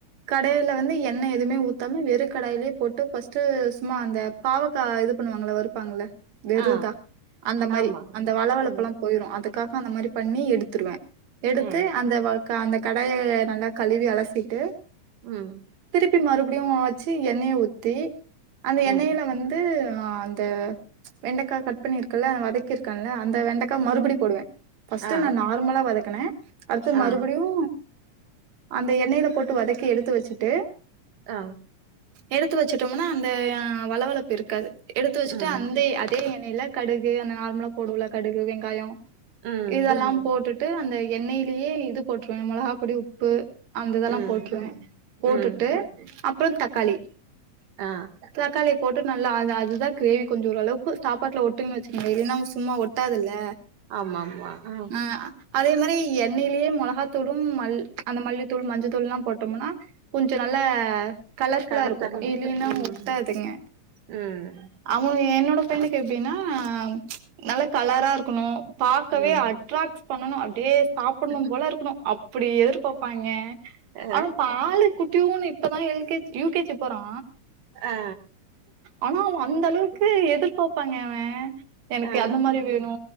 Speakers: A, on the right; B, on the right.
A: கடையில வந்து எண்ண எதுமே ஊத்தாம வெறு கடாயிலயே போட்டு ஃபர்ஸ்ட்டு சும்மா அந்த பாவக்கா இது பண்ணுவாங்கள வருப்பாங்கள வெறுதா
B: ஆ
A: அந்த மாரி
B: ஆமாங்க
A: அந்த வளவளப்பெல்லா
B: ஆ
A: போயிரு அதுக்காக அந்த மாரி பண்ணி எடுத்துடுவே எடுத்து
B: ஆ
A: அந்த வ அந்த கடாய நல்லா கழுவி அலசிட்டு
B: ம்
A: திருப்பி மறுபடியு வச்சு எண்ணெய ஊத்தி அந்த எண்ணெயில
B: ம்
A: வந்து து வெண்டக்கா கட் பண்ணியிருக்கல்ல வதக்கிருக்கன்ல அந்த வெண்டக்கா மறுபடி போடுவே பஃஸ்ட்
B: ஆ
A: நா நார்மலா வதக்கனே அடுத்து மறுபடியு
B: ஆ
A: அந்த எண்ணெயில போட்டு வதக்கி எடுத்து வச்சுட்டு
B: அ
A: எடுத்து வச்சட்டோம்னா அந்த வளவளப்பு இருக்காது எடுத்து வச்சுட்டு
B: ம்
A: அந்தே அந் எண்ணெய்ல கடுகு அந்த நார்மலா போடுவோல கடுகு வெங்காயோ
B: ம்
A: இதெல்லா போட்டுட்டு டு அந்த எண்ணெயிலேயே இது போட்டுருவே மொளகா பொடி உப்பு அந்த இதல்லா
B: ம்
A: போட்ற்றுவே போட்டுட்டு
B: ம்
A: அப்றோ தக்காளி
B: ஆ
A: தக்காளிய போட்டு நல்லா அது அதுதா கிரேவி கொஞ்சோ ஓரளவுக்கு சாப்பாட்ல டு வச்சுக்கோங்கலே இல்லனா சும்மா ஒட்டாதுல
B: ஆமாமா ஆ
A: அ அதே எண்ணெயிலேயே மொளகாத்தூளு மல் அந்த மல்லித்தூள் மஞ்ச தூள் எல்லா போட்டோம்னா கொஞ்ச நல்ல கலர்ஃபுல்லா
B: கரத்தன்
A: இருக்கு இல்லின்னா
B: ம்
A: ஒட்டாதுங்க
B: ம்
A: அவனு என்னோட பையனுக்கு எப்டின்னா ஆ ச் நல்ல கலரா இருக்கணு பாக்கவே
B: ம்
A: அட்ராக்ட் பண்ணணு அப்டியே சாப்பிடணு போல இருக்கணு அப்டி எதிர்பார்ப்பாங்கே
B: ஆ
A: ஆன பால் குட்டிநூண்டு இப்பதா L K U K G போறா
B: ஆ
A: ஆனா எனக்கு எதிர்பாப்பாங்கே அவ எனக்கு
B: ஆ
A: அது மாரி வேணு